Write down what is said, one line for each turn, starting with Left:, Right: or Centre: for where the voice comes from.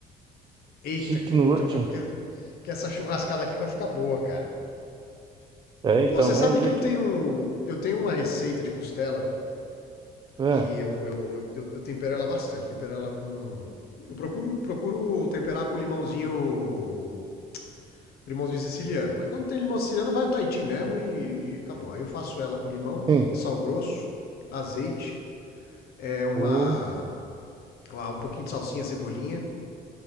Left: Eita,
Right: Chique
Left: que
Right: no
Left: eu tô
Right: último.
Left: vendo que, que essa churrascada aqui vai ficar boa, cara.
Right: É, então,
Left: Pô, você
Right: vamos
Left: sabe
Right: ver
Left: que eu
Right: aqui.
Left: tenho, eu tenho uma receita de costela
Right: É,
Left: que eu, eu, eu, eu, eu tempero ela bastante. Tempero ela com. Eu procuro, procuro temperar com limãozinho. Limãozinho siciliano. Mas quando tem limão siciliano, vai o Tahiti mesmo e, e acabou. Aí eu faço ela com limão,
Right: sim.
Left: sal grosso, azeite, é uma,
Right: O,
Left: uma- um pouquinho de salsinha, cebolinha